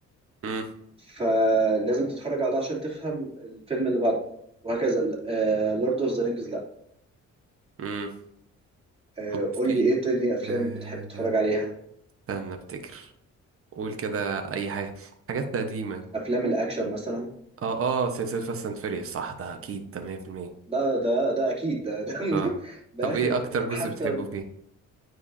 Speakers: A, on the right; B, on the right.
A: مم.
B: فلازم تتفرج على ده عشان تفهم الفيلم اللي بعده وهكذا لورد اوف ذا رينجز لا
A: مم.
B: آه،
A: طب في
B: قول لي ايه تاني افلام
A: آه،
B: بتحب تتفرج عليها
A: استنى افتكر قول كده اي حاجه حاجات قديمه
B: افلام الاكشن مثلا
A: اه اه سلسله فاست اند فيريوس صح ده اكيد ده 100%
B: ده ده ده اكيد ده ده, <laughs>
A: اه
B: ده, ده
A: طب
B: اخر
A: ايه اكتر جزء
B: حتى
A: بتحبه فيه